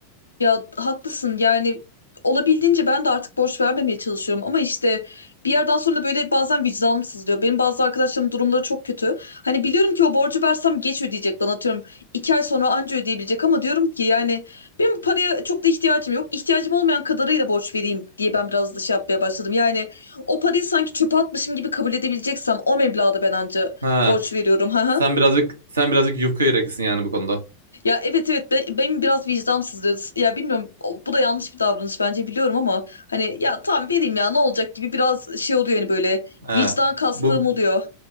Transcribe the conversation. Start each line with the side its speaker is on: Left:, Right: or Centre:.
Left: Ya haklısın yani olabildiğince ben de artık borç vermemeye çalışıyorum ama işte bir yerden sonra böyle bazen vicdanım sızlıyor. Benim bazı arkadaşlarımın durumları çok kötü. Hani biliyorum ki o borcu versem geç ödeyecek bana atıyorum iki ay sonra anca ödeyebilecek ama diyorum ki yani benim bu paraya çok da ihtiyacım yok. İhtiyacım olmayan kadarıyla borç vereyim diye ben biraz da şey yapmaya başladım. Yani o parayı sanki çöpe atmışım gibi kabul edebileceksem o meblağda ben anca
Right: Ha,
Left: borç veriyorum.
Right: sen
Left: <laughs>
Right: birazcık sen birazcık yufka yüreklisin yani bu konuda.
Left: Ya evet evet be- benim biraz vicdansızlığı, Ya bilmiyorum o- bu da yanlış bir davranış bence biliyorum ama hani ya tamam vereyim ya ne olacak gibi biraz şey oluyor yani böyle
Right: Ha,
Left: vicdan kastığım
Right: bu
Left: oluyor.